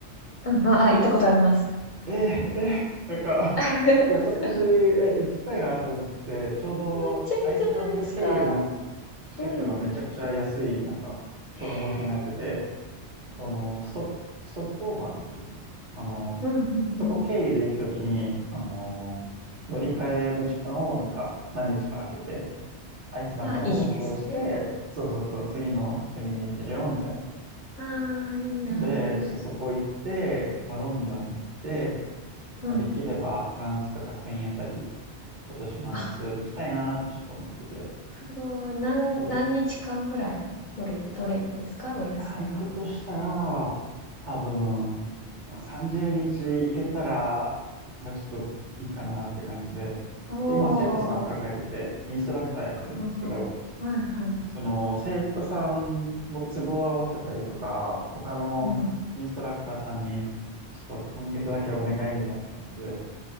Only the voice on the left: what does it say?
うん、あ、あ、行ったことあります。
<laughs>
めっちゃいいじゃないですか。
うん。
へえ
うんうんうん。
あ、いいですね。
はあ、いいな
ーうん。
あ、すごい。何、何日間ぐらい取る、取れるんですかお休みは。
お
ー。
うんうんうん。はいはい。
うん。